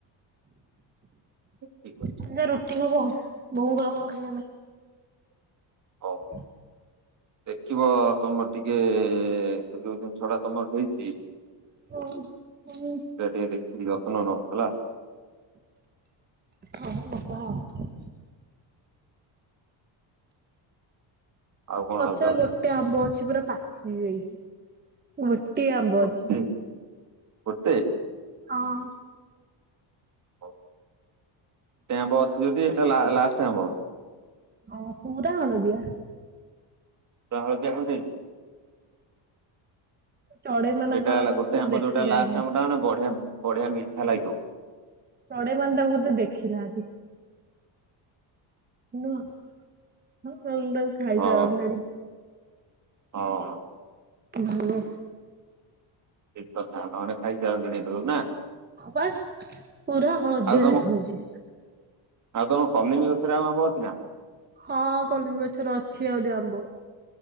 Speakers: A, on the right (about 40°); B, on the right (about 20°).
A: <unintelligible>
B: ଖାଲି ଯାହା ରୁଟି ହବ ବୋଉଙ୍ଗର ମୋର ଖାଇବାପାଇଁ। <unintelligible>
A: ହଉ ଦେଖିବ ତମର ଟିକେ ଯୋଉ ଜିନିଷ ଟା ତମର ହେଇଚି
B: ହଉ, ହୁଁ।
A: ସେ ଟିକେ ଦେଖିକି ଯତ୍ନ ନବ ହେଲା।
B: ହଉ ନବା ଆଉ
A: ଆଉ କଣ
B: ଗଛରେ
A: ହାଲଚାଲ
B: ଗୋଟେ ଆମ୍ବ ଅଛି ପୁରା ପାଚି ଯାଇଛି। ଗୋଟିିଏ ଆମ୍ବ
A: ଗୋଟେ
B: ଅଛି।
A: ଗୋଟେ?
B: ହଁ।
A: ହଉ, ଗୋଟେ ଆମ୍ବ ଅଛି ଯଦି ଏଟା ଲା-ଲାଷ୍ଟ୍ ଆମ୍ବ।
B: ହଁ ପୁରା ହଳଦିଆ।
A: ପୁରା ହଳଦିଆ ପଡିଯାଇଛି।
B: ଚଢେଇ ମାନଙ୍କକୁ
A: ସେଇଟା ହେଲା ଗୋଟେ ଆମ୍ବ
B: ଦେଖା
A: ଯୋଉଟା
B: ଯାଏନି।
A: ଲାଷ୍ଟ୍ ଆମ୍ବଟା ମାନେ ବଢିଆ ମିଠା ଲାଗିବ।
B: ଚଢେଇ ମାନେ ତାଙ୍କୁ ବୋଧେ ଦେଖି ନାହାନ୍ତି। ନୁହଁ <unintelligible>
A: ହଁ
B: ସାରନ୍ତେଣି।
A: ହଁ -ଅଁ।
B: ଭଲ।
A: ଦିପକ୍ ସାଙ୍ଗାନେ ଖାଇ ସାରନ୍ତେଣି ଏତଳୁ ନା
B: ହଁ ପା ପୁରା ହଳଦିଆ
A: ଆଉ ତମ
B: ଦେଖା ଖାଉଛି।
A: ଆଉ ତମ କଲିମି ଗଛରେ ଆଉ ଆମ୍ବ ଅଛି ନା?
B: ହଁ କଲିମି ଗଛରେ ଅଛି ଆହୁରି ଆମ୍ବ,